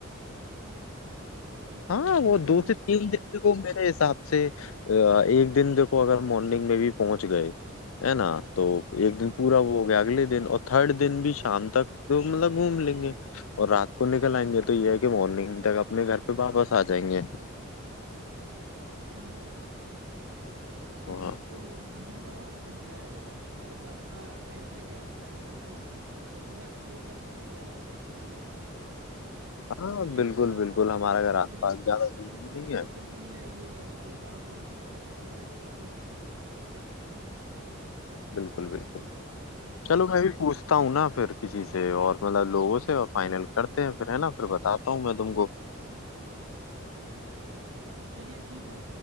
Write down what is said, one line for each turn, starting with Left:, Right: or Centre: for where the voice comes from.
Right: ठीक है
Left: हाँ
Right: दो
Left: वो
Right: दिन
Left: दो
Right: में ही
Left: से तीन दिन देखो मेरे हिसाब से अ, एक दिन देखो अगर मॉर्निंग में भी पहुंच गए है ना
Right: हम्म,
Left: तो एक दिन पूरा वो हो गया अगले दिन और थर्ड दिन भी शाम तक तो मतलब घूम लेंगे और रात को निकल आएंगे तो ये है कि मॉर्निंग तक अपने घर पे वापस आ जाएंगे
Right: सही है
Left: वहाँ
Right: तब तो घूमने में और अच्छा मजा आएगा मतलब अपना टाइम से गए टाइम से घूमे और पूरा एक्सप्लोर करके रिटर्न आ गए है ना
Left: हाँ
Right: ऐसे क्या
Left: बिल्कुल
Right: है अपना
Left: बिल्कुल
Right: अ,
Left: हमारा घर
Right: जो
Left: आस
Right: भी
Left: पास ज्यादा दूर भी नहीं है
Right: दिक्कत भी नहीं आएगी और जो काम हम लोग का छूटा रहेगा वो भी हम लोग कवर कर लेंगे
Left: बिल्कुल बिल्कुल
Right: पूरा सही है
Left: चलो मैं भी पूछता हूँ ना फिर किसी से और मतलब लोगों से और फाइनल करते हैं फिर है ना फिर बताता हूँ मैं तुमको
Right: अच्छा चलिए ठीक है